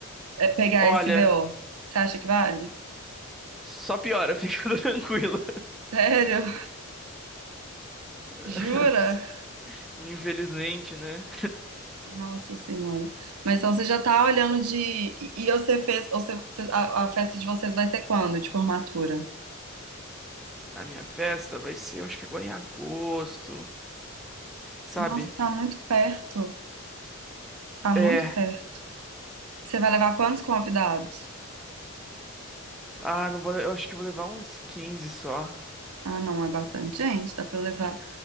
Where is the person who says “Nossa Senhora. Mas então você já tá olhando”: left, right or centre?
Right